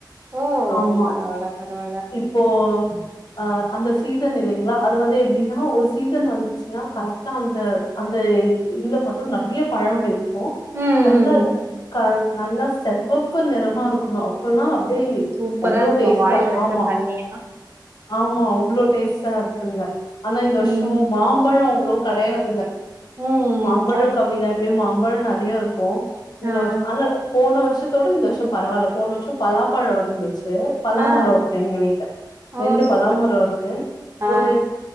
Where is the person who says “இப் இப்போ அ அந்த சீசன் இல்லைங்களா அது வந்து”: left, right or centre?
Left